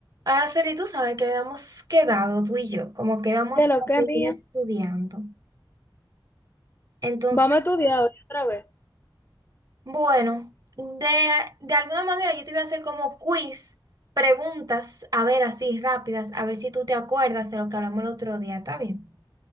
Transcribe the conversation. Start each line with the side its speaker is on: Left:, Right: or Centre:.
Right: Araceli, tú sabes que habíamos quedado tú y yo, como que íbamos
Left: De lo
Right: a
Left: que
Right: seguir
Left: mía.
Right: estudiando. Entonces,
Left: Vamos a estudiar hoy otra vez.
Right: bueno, de, de alguna manera yo te voy a hacer como quiz, preguntas, a ver, así rápidas, a ver si tú te acuerdas de lo que hablamos el otro día, ¿está bien?